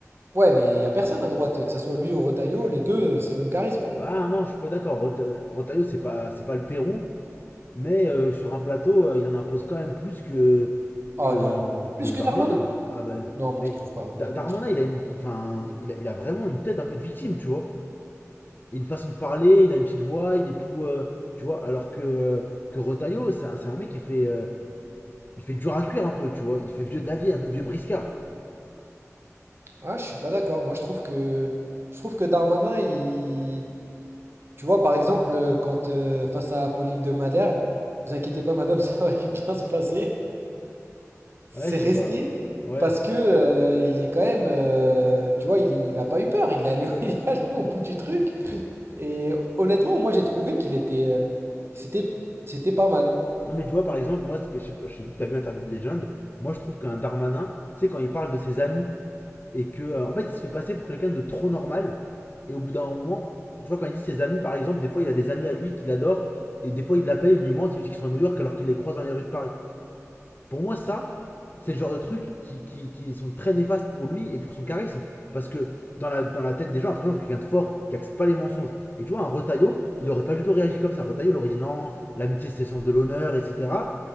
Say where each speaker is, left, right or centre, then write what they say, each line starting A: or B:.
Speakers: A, on the right; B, on the left.
A: Ouais, mais il n'y a personne à droite, que ce soit lui ou Retailleau, les deux, euh, c'est le même charisme. hein.
B: Bah non, je suis pas d'accord. Rota- Rotaillot, c'est pas, c'est pas le Pérou. Mais euh, sur un plateau, euh, il en impose quand même plus que, que,
A: Ah
B: euh,
A: non, plus
B: que Darmanin.
A: que Darmanin?
B: Ah ben,
A: Non, moi
B: mais
A: je trouve pas.
B: Da-
A: Honnêtement,
B: Darmanin,
A: je trouve
B: il a,
A: pas.
B: une, enfin, il, a, il a vraiment une tête un peu de victime, tu vois. Une façon de parler, il a une petite voix, il est tout. euh, tu vois, alors que, que Rotaillot, c'est un, c'est un mec qui fait, euh, il fait dur à cuire un peu, tu vois. Il fait vieux de la vie, un peu vieux briscard.
A: Ah, je suis pas d'accord. Moi, je trouve que, je trouve que Darmanin, il, tu vois, par exemple, euh, quand euh, face à Pauline de Malherbe, vous inquiétez pas, madame, <laughs> ça va bien se passer. C'est
B: Ouais, je
A: resté
B: sais pas. Ouais.
A: parce que euh, il est quand même, euh, tu vois, il, il a pas eu peur, il est allé, <laughs> il est allé au bout du truc. Et honnêtement, moi j'ai trouvé qu'il était, euh, c'était, c'était pas mal.
B: Non, mais tu vois, par exemple, moi, ce que- je sais pas, j'ai vu que t'as vu l'interview de Legend. Moi, je trouve qu'un Darmanin, tu sais, quand il parle de ses amis et que euh, en fait il se fait passer pour quelqu'un de trop normal et au bout d'un moment tu vois quand il dit ses amis par exemple des fois il a des amis à lui qu'il adore et des fois il l'appelle il lui ment il dit qu'ils sont à New York alors qu'il les croise dans les rues de Paris pour moi ça c'est le genre de trucs qui, qui, qui sont très néfastes pour lui et pour son charisme. Parce que dans la, dans la tête des gens, après, c'est quelqu'un de fort, qui accepte pas les mensonges. Et tu vois, un Retaillot, il aurait pas du tout réagi comme ça. Retaillot, il aurait dit non, l'amitié, c'est le sens de l'honneur, etc.